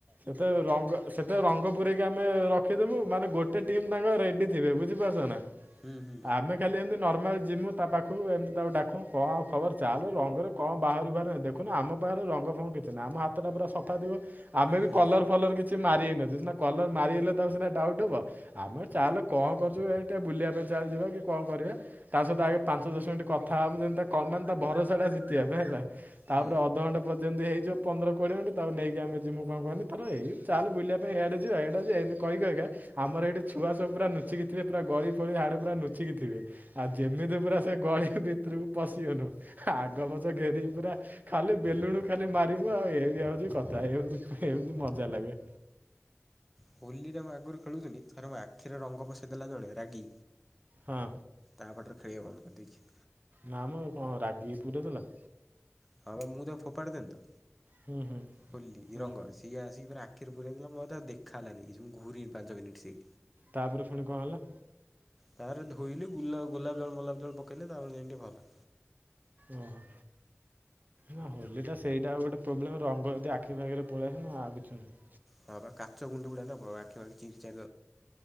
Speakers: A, on the right; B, in the centre.
A: ସେତେ ରଙ୍ଗ ସେତେ ରଙ୍ଗ ପୁରାଇକି ଆମେ ରଖିଦବୁ ମାନେ ଗୋଟେ ଟିମ ତାଙ୍କ ରେଡି ବେ ବୁଝିପାରୁଛ ନା
B: ହୁଁ ହୁଁ
A: ଆମେ ଖାଲି ଏମିତି ନର୍ମାଲ ଯିମୁ ତା ପାଖକୁ ଏମିତି ତାକୁ ଡାକୁ କଣ ଆଉ ଖବର ଚାଲ ରଙ୍ଗରେ କଣ ବାହାରକୁ ଦେଖୁ ଆମ ପାଖରେ ରଙ୍ଗ ଫଙ୍ଗ କିଛି ନାଁ ଆମ ହାତଟା ପୁରା ସଫା ଥିବ ଆମେ ବି
B: ହୁଁ
A: କଲର ଫଲର କିଛି ସେ ମାରି ହେଇନିବ ସିନା କଲର ମାରିଗଲେ ତା ସନା ଡାଉଟ୍ ହବ? ଆମେ ଚାଲ କଣ କରୁଛୁ ଏ ଟେ ବୁଲିବା ପାଇଁ ଚାଲ ଯିବା କି କଣ କରିବା? ତା ସହିତ ଆଗେ ପାଞ୍ଚ ଦଶ ମିନିଟ୍ କଥା ହବ ଯେମିତା ମାନେ ତା ଭରସା ଟା ଜିତିବା ପାଇଁ ହେଲା ତାପ
B: ହୁଁ।
A: ଅଧଘଣ୍ଟା ପର୍ମନ୍ତତିଇଯିବ ପନ୍ଦ କୋଡିଏ ମିନିଟ ତାକୁ ନେଇକିମେ ଯିମୁ କଣ କହନି ତ ଏଇ ଚାଲ ବୁଲିବା ପାଇଁ ଏଡ଼ ଯିବ ଏଡ଼ା ଏମିତି କହି ଆମର ଏଇଠି ଛୁଆ ସବୁ ପୁରାୁଚି ଥେ ପୁରା ଗଳି ଫଳି ହାଡେ ପୁରାୁଚିଥିବେ। ଆଉ ଯେମିତି ପୁରା ସେ ଗଳି ଭିତରିବକୁ ପଶିିବନୁ। ଆଗ ପଛ ଘେରିବୁ ପୁରା ଖାଲି ବେଲୁଣୁ ଖାଲି ମାରିବୁ ଆଉ ଏଇ ବି ଆଉଛି କଥା ହେଇଉନି? ଏ ବି ମଜା ଲାଗେ।
B: ହୋଲିରେ ମୁଁ ଆଗରୁ ଖେଳୁନି ଥରେ ମୋ ଆଖିରେ ରଙ୍ଗ ବଶେଇ ଦେେଲା ଜଣେ ରାଗି
A: ହଁ।
B: ତା ପାଟରେ ଖେଳିବା ବନ୍ଦ କରିଦେଇଛି।
A: ନା ମର କଣ ରାଗି ପୁରୀ ଥିଲା।
B: ହଁ ବା ମୁଁ ତ ଫୋପାଡ଼ି ଦେନି ତ
A: ହୁଁ ହୁଁ
B: ହୋଲି
A: ହଁ
B: ରଙ୍ଗ ଅଛି। ସିଏ ଆସିକ ପୁର ଆଖିରେ ପୁରାଇ ଦେଲା ମୋତେ ଦେଖା ହୋନ କିଛି ମୁଁ ଘୁରିନି ପାଞ୍ଚ ମିନିଟ୍ ସେଇ
A: ତାପରେ ଶୁଣି କଣ ହେଲା?
B: ତାରେ ଧୋଇଲି ଗ ଗୋଲାପ ଜଳ ଗୋଲାପ ଜଳ ପକେଇଲେ ତାପରେ ଯଣେ ଭଲ
A: ଓ ହୋ। ନା ହୋଲି ଟା ସେଇଟା ଆଉ ଗୋଟେ ପ୍ରୋବ୍ଲେମ ରଙ୍ଗ ଯଦି ଆଖି ପାଖିରେ ପଳେଇସ ନା ଆଉ କିଛି ନାହିଁ।
B: ହଁ କାଚ ଗୁଣ୍ଡ ଗୁଡ଼ା ନେବ ଆଖିପାଖି ଚିରି